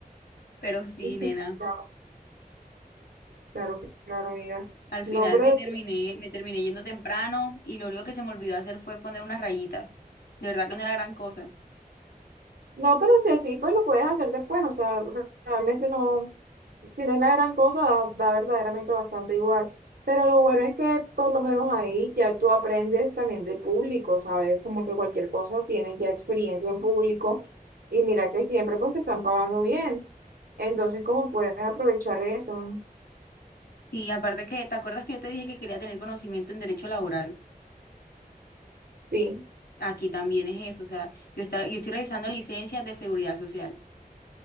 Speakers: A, on the left; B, on the right.
A: Pero sí,
B: <laughs>
A: nena.
B: Claro, claro, amiga.
A: Al final
B: No, pero
A: me terminé, me terminé yendo temprano y lo único que se me olvidó hacer fue poner unas rayitas. De verdad que no era gran cosa.
B: no, pero si así, pues lo puedes hacer después. O sea, re- realmente no, si no es la gran cosa, da, da verdaderamente bastante igual. Pero lo bueno es que por lo menos ahí ya tú aprendes también de público, ¿sabes? Como que cualquier cosa tienes ya experiencia en público y mira que siempre pues te están pagando bien. Entonces, ¿cómo puedes aprovechar eso?
A: Sí, aparte que, ¿te acuerdas que yo te dije que quería tener conocimiento en derecho laboral?
B: Sí,
A: Aquí también es eso, o sea, yo está, yo estoy revisando licencias de seguridad social,